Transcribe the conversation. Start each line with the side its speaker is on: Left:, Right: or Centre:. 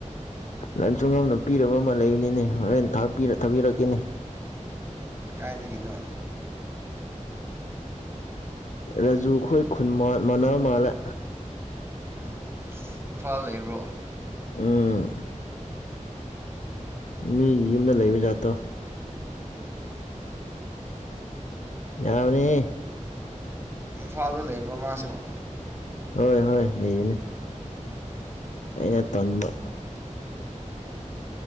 Left: ꯂꯟꯆꯨꯡꯝ ꯑꯗꯨꯝ ꯄꯤꯔꯕ ꯑꯃ ꯂꯩꯕꯅꯤꯅꯦ ꯍꯣꯔꯦꯟ ꯊꯄꯤꯔ ꯊꯥꯕꯤꯔꯛꯀꯅꯤ
Right: ꯀꯥꯏꯗꯒꯤꯅꯣ
Left: ꯔꯥꯖꯨ ꯈꯣꯏ ꯈꯨꯟ ꯃꯅꯥ ꯃꯥꯜꯂ
Right: ꯎꯝ ꯏ ꯐꯜ ꯂꯩꯕ꯭ꯔꯣ
Left: ꯎꯝ ꯃꯤ ꯌꯨꯝꯗ ꯂꯩꯕ ꯖꯥꯠꯇꯣ ꯌꯥꯎꯅꯤ
Right: ꯐꯥꯗꯔ ꯂꯩ ꯃꯃꯥꯁꯨꯣ
Left: ꯍꯣꯏ ꯍꯣꯏ ꯂꯩꯌꯦꯅꯦ ꯑꯩꯅ ꯇꯝꯕ